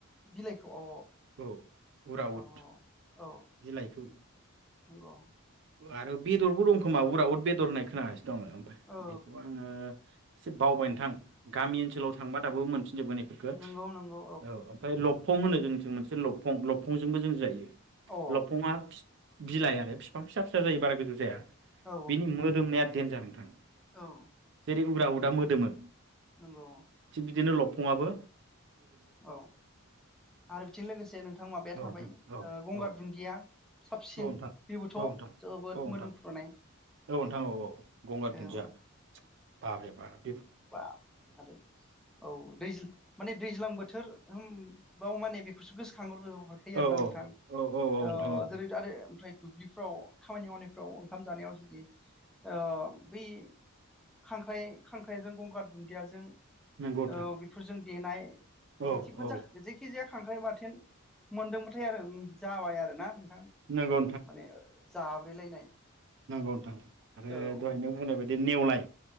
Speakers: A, in the centre; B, on the right (about 55°).
A: बिलाइखौ अ
B: औ। उराउद
A: औ औ
B: बिलाइखौ
A: नंगौ?
B: आरो बेदरबो दंखोमा उराउद बेदर होननाय खोनागा दं आमफाय
A: औ
B: बेखौ आङो <unintelligible> बावबाय नोंथां गामि ओनसोलाव थांबा दाबो मोनफि जोबगोन इफोरखो
A: नंगौ नंगौ
B: औ ओमफाय लबखं जोंनिथिं मोनसे लबकफं लबफंजों जायो।
A: अ
B: लबफंआ बिलाइ आरो फिफां फिसा फिसा जायो बारा गोजौ जाया।
A: औ
B: बिनि मोदोमनाया देनजार नोंथां।
A: औ।
B: जेरै उराउदा मो दोनों
A: नंगौ
B: थिग बिदिनो लब फङाबो
A: औ आरो बिथिं लोगोसे नोंथां माबाया
B: औ
A: थाबाय
B: नोंथां औ
A: गंगार
B: औ
A: दुन्दिया साबसिन
B: औ नोंथां
A: बेबोथ'
B: औ नोंथां
A: जोबोद
B: औ नोंथां
A: मोदोमफ्रुनाय।
B: औ नोंथां औ औ। गंगार दुन्दिया
A: औ
B: <unintelligible> बाबरे बाब
A: बा <unintelligible> औ दैज माने दैज्लां बोथोर होन बाव माने बेखौसो गोसोखांहरो। हरखायो आरो
B: औ
A: ना नोंथां
B: औ औ औ
A: अ
B: नोंथां औ
A: जेरै आरो ओमफ्राय दुब्लिफ्राव खामानि मावनायफ्राव ओंखाम जानायाव जुदि ओ बै खांख्राय खां ख्राइजों गंगार दुन्दियाजों
B: नंगौ नोंथां
A: औ बेफोरजों देनाय
B: औ
A: जिखुनजा
B: औ
A: जेखिजाया खांख्राइ बाथेन मोनदोंबाथाय आरो उम जाबाय आरो ना नोथां
B: नंगौ
A: माने जाब्रेलायनाय।
B: नांगौ नोंथां आरो
A: औ
B: दहाय नों बुंनाय बायदि नेवलाय